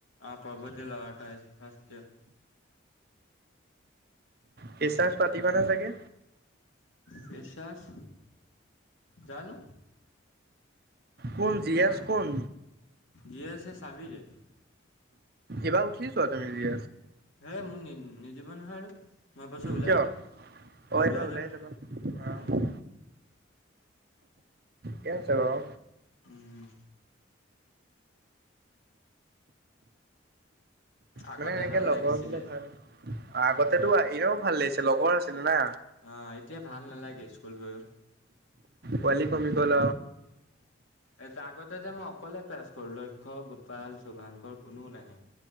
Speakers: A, on the left; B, on the right.
A: অ পাবতি লটাই। হাসত।
B: কেঁচাজ পাতিবা না চাগে।
A: পচাৰ জানো।
B: কোন
A: ইনিহ
B: জি এছ কোন?
A: জীয়েছে চাবিলে।
B: এবাৰ উঠিছ তুমি দি।
A: হে মোক নি নিদিব নহয় আৰু। মই পাছত ওলাই
B: কিয়?
A: যাম ম
B: অ'
A: ওলাই
B: এইবাৰ
A: যাম নহয়
B: যাবা অ'
A: উ।
B: কেছে কৰ।
A: উম আগতে
B: মানে এনেকে
A: ভাল
B: লগৰ
A: লাগিছিলে
B: হলে ভাল আগতেো এনেও ভাল লাগিছে লগৰ আছিল না।
A: অ এতিয়া ভাল নালাগে স্কুল গৈও।
B: পোৱালি কমি গল।
A: এয়া আগতে যে মই অকলে ক্লাছ কৰো লক্ষ্য গোপাল শুভাংকৰ কোনো নাহে।